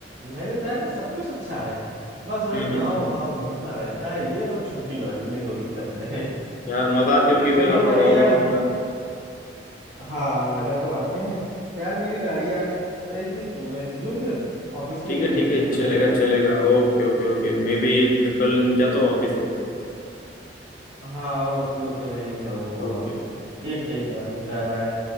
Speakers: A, on the right; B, on the left.
A: मैंने बताया ना सब कुछ अच्छा है बस वही
B: हम्म
A: गांव
B: हम्म हम्म।
A: गांव घूमना रहता है ये और छुट्टी वाली ये दो दिक्कत है <laughs>
B: यार मजा आती होंगी
A: चलो
B: फिर आपको
A: भाई
B: गाँव
A: यार
B: गाँव घूमना
A: हाँ मजा तो आते हैं यार मेरी गाड़ी आ ग- रही थी तो मैं निकलूं फिर ऑफिस के
B: ठीक
A: लिए
B: है
A: नहीं
B: ठीक
A: तो
B: है
A: लेट
B: चलेगा
A: हो जाएगा
B: चलेगा ओके ओके ओके मैं भी कल जाता हूँ ऑफिस को
A: हाँ ओके ओके भाई जाओ हो
B: ओके
A: आओ ठीक ठीक भाई बाय बाय